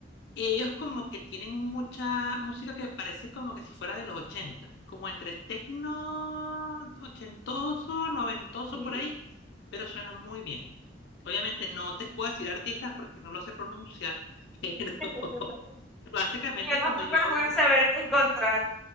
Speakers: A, on the left (about 60°); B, in the centre.
A: ellos como que tienen mucha música que parece como que si fuera de los ochenta como entre tecno ochentoso, noventoso
B: Sí.
A: por ahí, pero suena muy bien. Obviamente no te puedo decir artistas porque no lo sé pronunciar, <laughs> pero
B: <laughs>
A: básicamente
B: Yo tampoco
A: cuando yo
B: lo voy a saber encontrar.